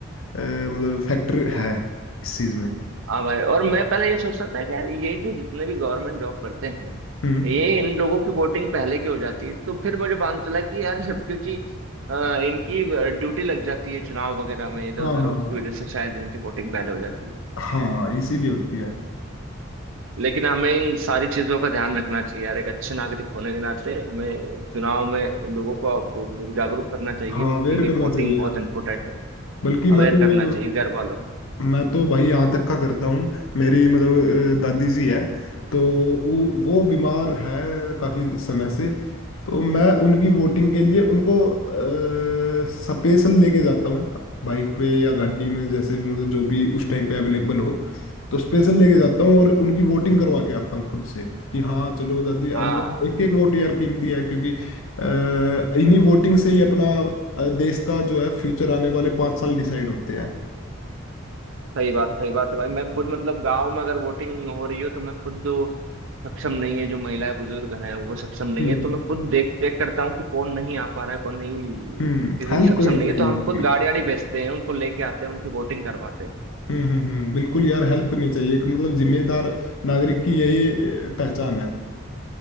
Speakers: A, on the left (about 85°); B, on the right (about 75°).
A: अ, मतलब फैक्टर है इस चीज में
B: हाँ भाई और मैं पहले ये सोच रहा था कि यार ये जो जितने भी गवर्नमेंट जॉब करते हैं
A: हम्म
B: ये इन लोगों की वोटिंग पहले की हो जाती है तो फिर मुझे मालूम चला कि यार <laughs> क्योंकि अ, इनकी ड्यूटी लग जाती है चुनाव वगैरह में इधर
A: हाँ
B: उधर
A: हाँ
B: उसकी
A: हाँ
B: वजह से शायद इनकी वोटिंग पहले हो जाती है
A: हाँ इसीलिए होती है
B: लेकिन हमें इन सारी चीजों का ध्यान रखना चाहिए यार एक अच्छे नागरिक होने के नाते हमें चुनाव में लोगों को वो- वो जागरूक करना चाहिए
A: हाँ
B: उनकी
A: अवेयर
B: कि
A: करना
B: वोटिंग
A: चाहिए
B: बहुत
A: यार
B: इंपॉर्टेंट है
A: बल्कि
B: अवेयर
A: मैं तो
B: करना
A: ये
B: चाहिए घर वालों को।
A: मैं तो भाई यहाँ तक का करता हूँ मेरी मतलब अ, दादी जी है तो वो वो बीमार है काफी समय से तो मैं उनकी वोटिंग के लिए उनको अ, स्पेशल लेके जाता हूँ बाइक पे या गाड़ी में जैसे भी मतलब जो भी उस टाइम पे अवेलेबल हो तो स्पेशल लेके जाता हूँ और उनकी वोटिंग करवा के आता हूँ खुद से कि हाँ चलो दादी
B: हाँ
A: अब एक एक वोट यार कीमती है क्योंकि अ, इन्हीं वोटिंग से ही अपना अ, देश का जो है फ्यूचर आने वाले पाँच साल डिसाइड होते हैं
B: सही बात है सही बात है भाई मैं खुद मतलब गांव में अगर वोटिंग हो रही हो तो मैं खुद जो सक्षम नहीं है जो महिलाएं बुजुर्ग हैं वो सक्षम नहीं
A: हम्म
B: है तो मैं खुद देख देख करता हूँ कि कौन नहीं आ पा रहा है कौन नहीं
A: हम्म
B: किसी
A: हेल्प
B: को सक्षम
A: करनी
B: नहीं
A: चाहिए
B: है तो हम
A: उनकी
B: खुद गाड़ी वाड़ी बेचते हैं उनको लेके आते हैं उनकी वोटिंग करवाते हैं
A: हम्म हम्म हम्म बिल्कुल यार हेल्प करनी चाहिए एक मतलब जिम्मेदार नागरिक की यही अ, पहचान है